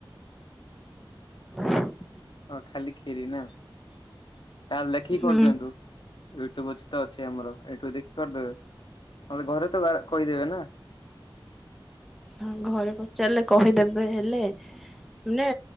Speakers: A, in the centre; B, on the left (about 60°).
A: <inaudible>
B: ହଁ ଖାଲି ଖିରି ନା ତାହେଲେ ଲେଖିକି
A: ହୁଁ
B: କରିଦିଅନ୍ତୁ। ବ ଅଛି ଆମର ଏଇଠୁ ଦେଖି ପାରୁଥିବେ ନହେଲେ ଘରେ ତ ବା କହିଦେବେ ନା।
A: ହଁ ଘରେ ପଚାରିଲେ କହିଦେବେ ହେଲେ ମାନେ